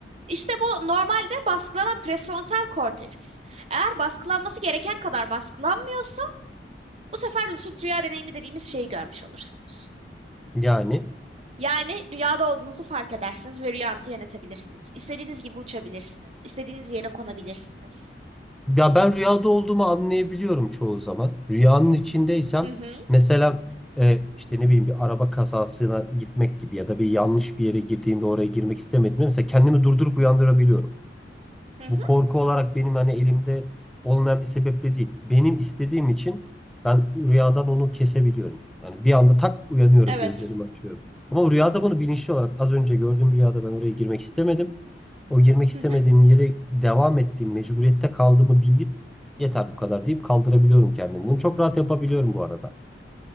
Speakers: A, on the right; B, in the centre.
A: İşte bu normalde baskılanan prefrontal korteks. Eğer baskılanması gereken kadar baskılanmıyorsa bu sefer lucid rüya deneyimi dediğimiz şeyi görmüş olursunuz.
B: Yani
A: Yani rüyada olduğunuzu fark edersiniz ve rüyanızı yönetebilirsiniz. İstediğiniz gibi uçabilirsiniz. İstediğiniz yere konabilirsiniz.
B: ya ben rüyada olduğumu anlayabiliyorum çoğu zaman. Rüyanın içindeysem
A: Hı hı,
B: mesela e, işte ne bileyim bir araba kazasına gitmek gibi ya da bir yanlış bir yere girdiğimde oraya girmek istemediğimde mesela kendimi durdurup uyandırabiliyorum.
A: hı hı,
B: Bu korku olarak benim hani elimde olmayan bir sebeple değil. Benim istediğim için ben rüyadan onu kesebiliyorum. Yani bir anda tak uyanıyorum,
A: evet.
B: gözlerimi açıyorum. Ama rüyada bunu bilinçli olarak az önce gördüğüm rüyada ben oraya girmek istemedim. O girmek istemediğim
A: Hı hı,
B: yere devam ettiğim mecburiyette kaldığımı bilip yeter bu kadar deyip kaldırabiliyorum kendimi. Bunu çok rahat yapabiliyorum bu arada.